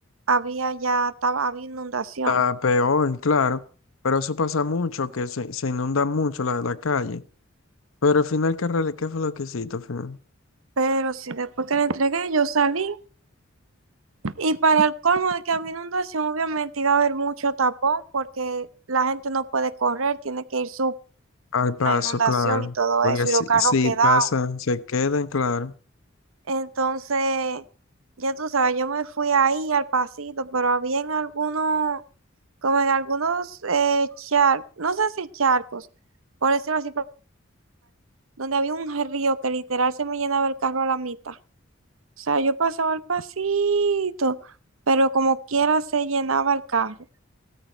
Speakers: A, on the right; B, on the left.
A: había ya, estaba, había inundación.
B: Está peor, claro, pero eso pasa mucho, que se, se inunda mucho la, la calle. Pero al final, ¿qué, rele- qué fue lo que hiciste al final?
A: Pero sí, después que le entregué, yo salí y para el colmo de que había inundación, obviamente iba a haber mucho tapón porque la gente no puede correr, tiene que ir su
B: Al paso,
A: la inundación
B: claro.
A: y todo
B: Porque
A: eso
B: si,
A: y los carros
B: si
A: quedados.
B: pasan, se quedan, claro.
A: Entonces, ya tú sabes, yo me fui ahí al pasito, pero había en algunos, como en algunos eh, charcos, no sé si charcos, por decirlo así, pero- donde había un río que literal se me llenaba el carro a la mitad. O sea, yo pasaba al pasito, pero como quiera se llenaba el carro.